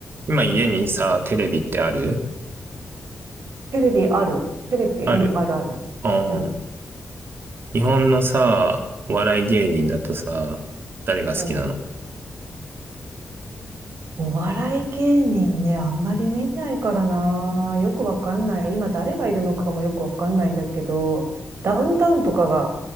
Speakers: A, on the right; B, on the right.
A: 今家にさ、テレビってある
B: テレビある。テレビ、
A: ある。
B: うん、あるある。
A: ああ。
B: うん、
A: 日本のさ、お笑い芸人だとさ、誰が好きなの
B: うん。お笑い芸人ね、あんまり見ないからな。よくわかんない。今誰がいるのかもよくわかんないんだけど、ダウンタウンとかが、